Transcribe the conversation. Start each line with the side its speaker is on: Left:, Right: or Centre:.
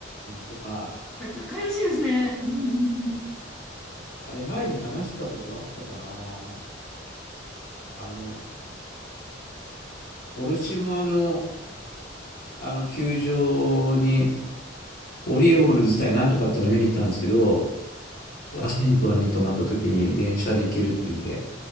Left: うんとか、
Centre: あ、高いらしいですね。うんうんうん。
Left: あれ前に話したことあったかな。あの、ボルチモアの、あの球場に、オリオールズ対なんとかっての見に行ったんですけど、
Centre: はい。はい。
Left: ワシントンに泊まった時に電車で行けるっていうんで。
Centre: はい。